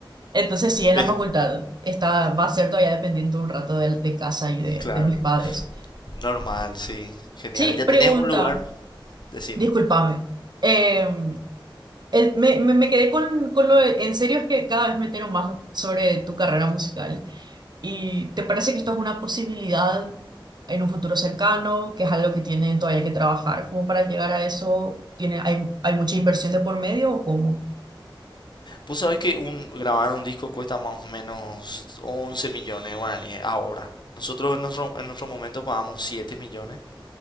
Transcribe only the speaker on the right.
Entonces sí, en
la facultad está, va a ser todavía dependiente un rato de, de casa y de,
de mis padres.
Sí,
pregunta,
discúlpame. Eh, el- me, me- me quedé con, con lo de- en serio es que cada vez me entero más sobre tu carrera musical. ¿Y te parece que esto es una posibilidad en un futuro cercano, que es algo que tienen todavía que trabajar? ¿Cómo para llegar a eso? ¿Tiene, hay, hay mucha inversión de por medio o cómo?